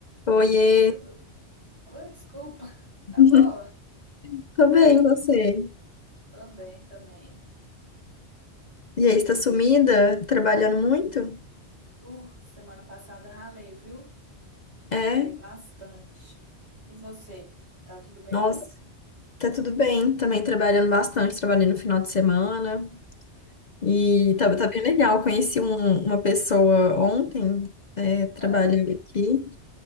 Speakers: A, on the left; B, on the right.
A: Oiê,
B: Ei, tudo. Oi, desculpa. <laughs> Tá
A: <laughs>
B: boa?
A: tô bem, e você?
B: Tô bem também.
A: E aí, está sumida? Trabalhando muito?
B: Uh, semana passada ralei, viu?
A: É,
B: Ralei bastante. E você? Tá tudo bem?
A: nossa, tá tudo bem. Também trabalhando bastante, trabalhei no final de semana. E
B: Hum.
A: tá, tá bem legal. Conheci um- uma pessoa ontem, é, trabalhando
B: Ah,
A: aqui.